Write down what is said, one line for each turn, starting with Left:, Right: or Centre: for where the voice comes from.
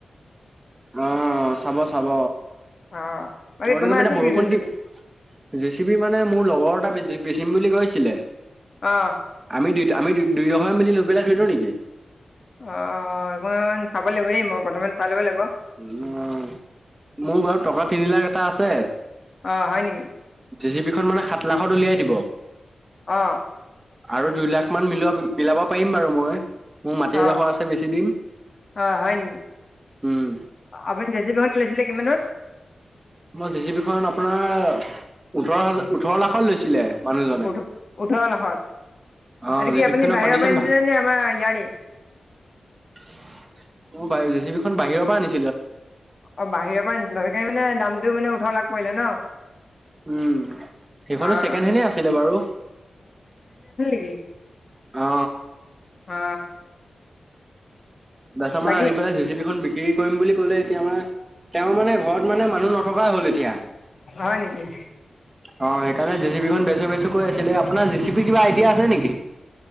Right: অ চাব চাব।
Left: অঁ বাকী
Right: আপোনোকে
Left: তোমাৰ
Right: মানে
Left: আছিল
Right: বৰষুণ
Left: নেকি জে চি
Right: দি
Left: বি
Right: জে চি পি মানে মোৰ লগৰ এটা জ- বেছিম বুলি কৈছিলে।
Left: অহ।
Right: আমি দুই আমি দুইঘৰে মিলি লৈ পেলাই থৈদিও নেকি?
Left: অ অ চাব লাগিব দেই মই বৰ্তমান চাই ল'ব লাগিব।
Right: উ মোৰ বাৰু টকা তিনি লাখ এটা আছে।
Left: অ হয় নেকি?
Right: জি চি বিখন মানে সাত লাখত উলিয়াই দিব।
Left: অ।
Right: আৰু দুই লাখ মান মিলোৱা মিলাব পাৰিম বাৰু মই। মোৰ মাটি এডোখৰ
Left: অঁ
Right: আছে বেছি দিম।
Left: অ' হয় নেকি?
Right: উম,
Left: আপুনি জে চি পি খন লৈছিলে কিমানত?
Right: মই জি জি বি খনত আপোনাৰ ওঠৰ হাজাৰ ওঠৰ লাখত লৈছিলে। মানুহজনে
Left: ওঠ ওঠৰ লাখত।
Right: অ',
Left: আৰু
Right: জে
Left: কি
Right: চি
Left: আপুনি
Right: বি খনৰ
Left: বাহিৰৰ
Right: কণ্ডিচন
Left: পৰাই নিছিলে, নে আমাৰ ইয়াৰে?
Right: অ বাহিৰৰ জে চি বিখন বাহিৰৰ পৰা আনিছিল।
Left: অ বাহিৰৰ পৰা আনিছিলো। সেইকাৰণে মানে দামটো মানে ওঠৰ লাখ পৰিলে ন?
Right: উম সেইখনো
Left: অ'
Right: ছেকেণ্ড হেনে আছিলে বাৰু।
Left: উ
Right: অ।
Left: অ।
Right: কেচামাল
Left: বাকী
Right: আনি পেলাই জেচি পি খন বিক্ৰী কৰিম বুলি ক'লে। এতিয়া মানে, তেওঁ মানে ঘৰত মানে মানুহ নথকাই হ'ল এতিয়া।
Left: হয় নেকি?
Right: অ সেইকাৰণে জে চি পিখন বেছো বেছো কৈ আছিলে। আপোনাৰ জে চি পিৰ কিবা আইডিয়া আছে নেকি?